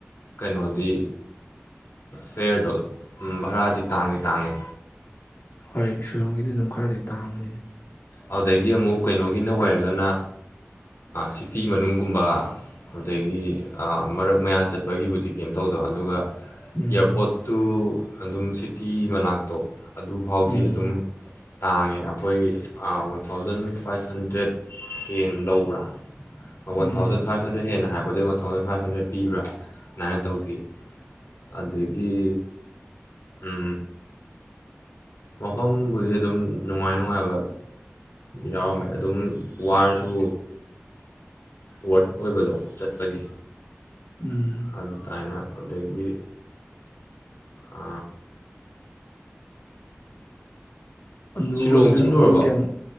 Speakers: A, on the left; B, on the left.
A: ꯀꯩꯅꯣꯗꯤ ꯐꯤꯔꯗꯣ ꯚꯔꯥꯗꯤ ꯇꯥꯡꯗꯤ ꯇꯥꯡꯉꯦ
B: ꯍꯣꯏ ꯁꯤꯂꯣꯡꯝꯒꯤꯗꯤ ꯑꯗꯨꯝ ꯈꯔꯗꯤ ꯇꯥꯡꯕꯅꯤꯅꯦ
A: ꯑꯗꯨꯗꯒꯤ ꯑꯃꯨꯛ ꯀꯩꯅꯣꯒꯤꯅ ꯑꯣꯏꯔꯒꯅ ꯁꯤꯇꯤ ꯃꯅꯨꯡꯒꯨꯝꯕ ꯑꯗꯨꯗꯒꯤ ꯃꯔꯛ ꯃꯌꯥ ꯆꯠꯄꯒꯤꯕꯨꯗꯤ ꯀꯩꯝ ꯇꯧꯗꯕ ꯑꯗꯨꯒ
B: ꯎꯝ
A: ꯌꯥꯄꯠꯇꯨ ꯑꯗꯨꯝ ꯁꯤꯇꯤ ꯃꯅꯥꯛꯇꯣ ꯑꯗꯨ ꯐꯥꯎꯗꯤ
B: ꯎꯝ
A: ꯑꯗꯨꯝ ꯇꯥꯡꯉꯦ ꯑꯩꯈꯣꯏ ꯋꯥꯟ ꯊꯥꯎꯖꯟ ꯐꯥꯏꯚ ꯍꯟꯗ꯭ꯔꯦꯠ ꯍꯦ ꯂꯧꯕ꯭ꯔꯥ
B: um
A: one thousand
B: um
A: five hundred ꯍꯦꯟꯅ ꯍꯥꯏ ꯑꯩꯗꯩ ꯋꯥꯟ ꯊꯥꯎꯖꯟꯥꯏꯚꯟꯗ꯭ꯔꯦꯗ ꯄꯤꯕ꯭ꯔꯥ ꯅ ꯇꯧꯈꯤ ꯑꯗꯒꯤ ꯎ ꯃꯐꯝꯕꯨꯗꯤ ꯑꯗꯨꯝ ꯅꯨꯡꯉꯥꯏ ꯅꯨꯡꯉꯥꯏꯕ ꯌꯥꯎꯔꯝꯃꯦ ꯑꯗꯨꯝ ꯋꯥꯔꯁꯨ ꯋꯥꯔꯠ ꯑꯣꯏꯕꯗꯣ ꯆꯠꯄꯒꯤ
B: ꯎꯝ
A: ꯑꯗꯨ ꯇꯥꯏꯅ ꯑꯗꯨꯗꯒꯤ ꯑ
B: ꯑꯗꯨ
A: ꯁꯤꯂꯣꯡ
B: ꯅꯣꯏ
A: ꯆꯠꯂꯨꯔꯕ
B: ꯃꯐꯝ ꯀꯌꯥꯝ